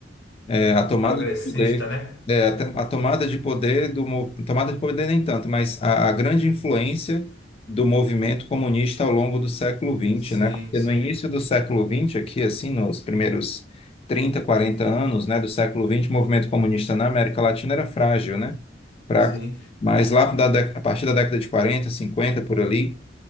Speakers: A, on the left (about 30°); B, on the left (about 70°).
A: é, a tomada
B: Progressista,
A: de poder,
B: né?
A: é, a, to- a tomada de poder do mo- tomada de poder nem tanto, mas a, a grande influência do movimento comunista ao longo do século XX,
B: Sim,
A: né? Porque
B: sim,
A: no início do século XX, aqui assim, nos primeiros 30 40 anos, né, do século XX, o movimento comunista na América Latina era frágil, né? Fraco.
B: sim.
A: Mas lá da, dé- a partir da década de 40 50 por ali